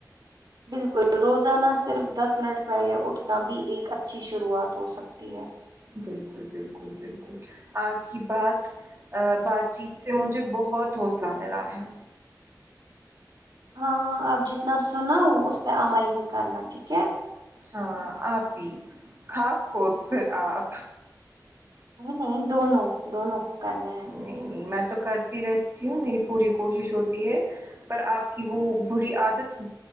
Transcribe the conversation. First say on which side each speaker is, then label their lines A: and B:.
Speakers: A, on the right; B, on the right.
A: بالکل روزانہ صرف دس منٹ پہلے اٹھنا بھی ایک اچھی شروعات ہو سکتی ہے
B: بالکل بالکل بالکل آج کی بات بات چیت سے مجھے بہت حوصلہ ملا ہے
A: ہاں اب جتنا سناؤ اس پے عمل بھی کرنا ٹھیک ہے
B: ہاں آپ بی خاص کور پھر آپ
A: نہیں نہیں دونوں دونوں کو کرنا ہے
B: نہیں نہیں میں تو کرتی رہتی ہوں میری پوری کوشش ہوتی ہے پر آپ کی وہ بری عادت